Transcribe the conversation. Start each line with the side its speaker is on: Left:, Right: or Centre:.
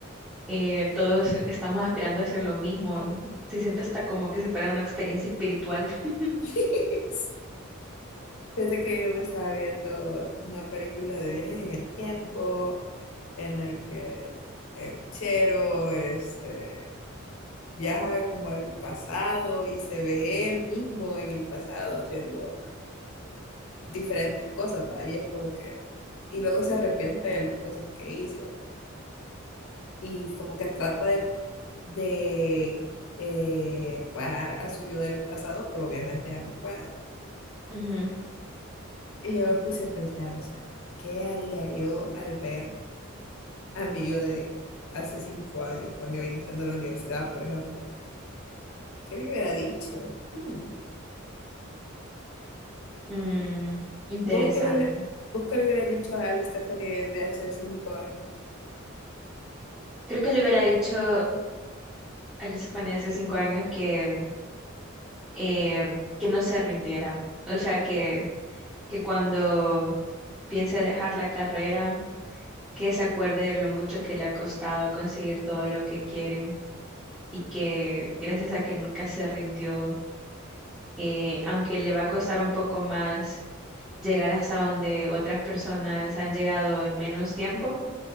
Centre: eh, todos estamos aspirando a hacer lo mismo. Se siente hasta como que si fuera una experiencia espiritual. <laughs>
Left: <laughs> Fíjate que yo me estaba viendo una película de viajes en el tiempo, en el que el chero este, viaja como al pasado y se ve él mismo en el pasado haciendo diferentes cosas, ¿va? Y es como que, y luego se arrepiente de las cosas que hizo y como que trata de, de, eh, parar a su yo del pasado, pero obviamente ya no puede.
Centre: Ujú.
Left: Y yo me puse a pensar, o sea, ¿qué haría yo al ver a mi yo de hace cinco años, cuando iba iniciando la universidad, por ejemplo? ¿Qué le hubiera dicho? Hmm.
Centre: Mm, interesante.
Left: ¿Vos qué le hubiera- vos qué le hubieras dicho a la Stephanie de hace cinco años?
Centre: Creo que le hubiera dicho a Lisa Fanny hace cinco años que, eh, que no se rindiera. O sea, que que cuando piense dejar la carrera, que se acuerde de lo mucho que le ha costado conseguir todo lo que quiere y que gracias a que nunca se rindió, eh, aunque le va a costar un poco más llegar hasta donde otras personas han llegado en menos tiempo,